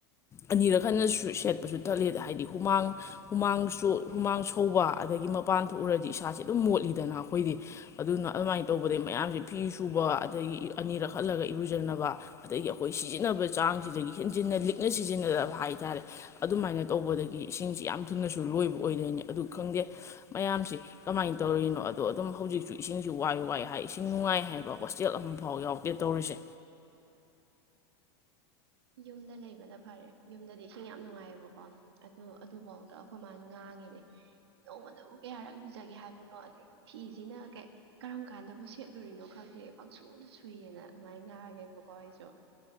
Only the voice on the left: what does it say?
ꯑꯅꯤꯔꯛ ꯈꯟꯅ ꯁꯦꯠꯄꯁꯨ ꯊꯠꯂꯦꯗ ꯍꯥꯏꯗꯤ ꯍꯨꯃꯥꯡ ꯍꯨꯃꯥꯡꯁꯨ ꯍꯨꯃꯥꯡ ꯊꯧꯕ ꯑꯗꯒꯤ ꯃꯄꯥꯟ ꯊꯣꯛꯎꯔꯗꯤ ꯏꯁꯥꯁꯦ ꯑꯗꯨꯝ ꯃꯣꯠꯂꯤꯗꯅ ꯑꯩꯈꯣꯏꯗꯤ ꯑꯗꯨꯅ ꯑꯗꯨꯃꯥꯏꯅ ꯇꯧꯕꯗꯩ ꯃꯌꯥꯝꯁꯦ ꯐꯤ ꯁꯨꯕ ꯑꯗꯒꯤ ꯑꯅꯤꯔꯛ ꯍꯜꯂꯒ ꯏꯔꯨꯖꯅꯕ ꯑꯗꯒꯤ ꯑꯩꯈꯣꯏ ꯁꯤꯖꯤꯟꯅꯕ ꯆꯥꯡꯁꯤꯗꯒꯤ ꯍꯦꯟꯖꯤꯟꯅ ꯂꯤꯛ ꯅ ꯁꯤꯖꯤꯟꯅꯗꯕ ꯍꯥꯏꯇꯥꯔꯦ ꯑꯗꯨꯃꯥꯏꯅ ꯇꯧꯕꯗꯒꯤ ꯏꯁꯤꯡꯁꯤ ꯌꯥꯝ ꯊꯨꯅꯁꯨ ꯂꯣꯏꯕ ꯑꯣꯏꯗꯣꯏꯅꯤ ꯑꯗꯨ ꯈꯪꯗꯦ ꯃꯌꯥꯝꯁꯤ ꯀꯃꯥꯏꯅ ꯇꯧꯔꯤꯔꯤꯅꯣ ꯑꯗꯣ ꯑꯗꯨꯝ ꯍꯧꯖꯤꯛꯁꯨ ꯏꯁꯤꯡꯁꯨ ꯋꯥꯏ ꯋꯥꯏ ꯍꯥꯏ ꯏꯁꯤꯡ ꯅꯨꯡꯉꯥꯏ ꯍꯥꯏꯕ ꯍꯣꯁꯇꯦꯜ ꯑꯃꯐꯥꯎ ꯌꯥꯎꯗꯦ ꯇꯧꯔꯤꯁꯦ